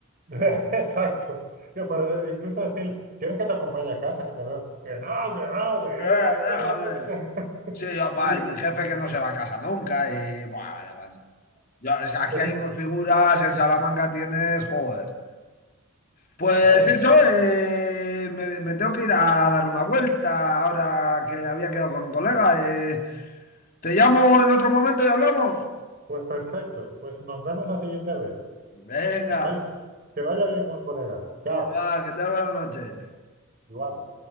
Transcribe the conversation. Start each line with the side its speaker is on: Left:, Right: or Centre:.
Right: <laughs> Exacto. Yo, pero de- incluso decir, ¿quieres que te acompañe a casa, que te veo? Que no, que no, que
Left: "Eh,
Right: yo llego
Left: déjame.
Right: solo, que te...
Left: Sí,
Right: <laughs>
Left: yo, va,
Right: Y, <laughs>
Left: y mi jefe que no se va a casa nunca y, buah, vaya, bueno. Yo, es que aquí
Right: eso
Left: hay
Right: es-
Left: unas figuras, en Salamanca tienes, joder. Pues
Right: madre
Left: eso,
Right: mía.
Left: eh, me, me tengo que ir a dar una vuelta ahora que había quedado con un colega. eh. te llamo en otro momento y hablamos.
Right: Pues perfecto. Pues nos vemos la siguiente vez.
Left: Venga.
Right: Que vaya, que vaya bien con el colega. Chao.
Left: Igual, que te buenas noches.
Right: igual